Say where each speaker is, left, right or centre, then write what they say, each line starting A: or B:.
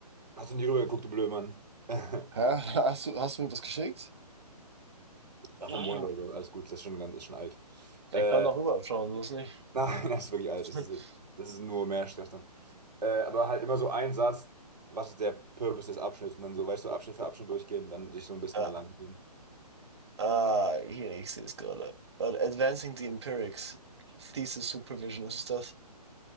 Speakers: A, on the right; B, on the right.
A: hast du nicht rübergeguckt, du Blödmann? <laughs>
B: Hä? <laughs> Hast du, hast du mir was geschickt?
A: Ach,
B: Ah,
A: vom Monat oder so, alles gut, das ist schon ganz, ist schon alt. Äh,
B: Ich kann doch rüber schauen, so ist nicht.
A: nein, <laughs> das ist wirklich alt,
B: <laughs>
A: das ist, das ist nur mehr Stress dann. Äh, aber halt immer so ein Satz, was ist der Purpose des Abschnitts und dann so, weißt du, Abschnitt für Abschnitt durchgehen und dann sich so ein bisschen
B: Ah,
A: da lang gehen.
B: ah, hier, ich sehe es gerade. Warte, Advancing the Empirics. Thesis Supervision, was ist das?